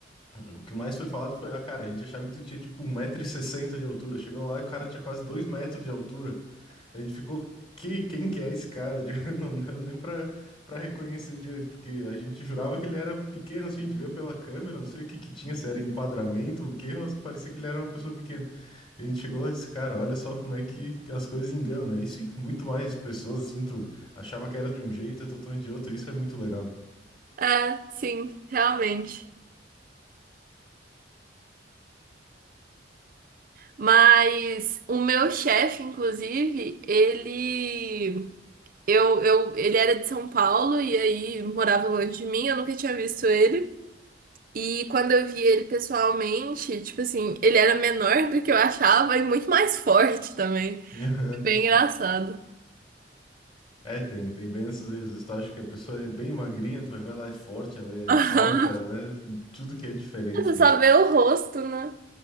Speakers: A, on the left (about 30°); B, on the right (about 50°).
A: ah, o que mais foi falado foi, ah, cara, a gente achava que tu tinha tipo um metro e sessenta de altura. Chegamos lá e o cara tinha quase 2 metros de altura. A gente ficou, que, quem que é esse cara? <laughs> Não deu nem pra, pra reconhecer direito, porque a gente jurava que ele era pequeno, assim, a gente via pela câmera, não sei o que que tinha, se era enquadramento ou o quê, mas parecia que ele era uma pessoa pequena. E a gente chegou lá e disse, cara, olha só como é que as coisas enganam, né? Isso e muito mais pessoas, assim, tu achava que era de um jeito, é totalmente de outro, isso é muito legal.
B: É, sim, realmente. Mas o meu chefe, inclusive, ele eu, eu ele era de São Paulo e aí morava longe de mim, eu nunca tinha visto ele. E quando eu vi ele pessoalmente, tipo assim, ele era menor do que eu achava e muito mais forte também.
A: <laughs>
B: Bem engraçado.
A: É, tem, tem bem nessas vezes. Às vezes tu acha que a pessoa é bem magrinha, tu vai ver, ela é forte, ela é
B: <laughs> Aham.
A: alta, ela é tudo que é diferente,
B: Você
A: né?
B: só vê o rosto, né?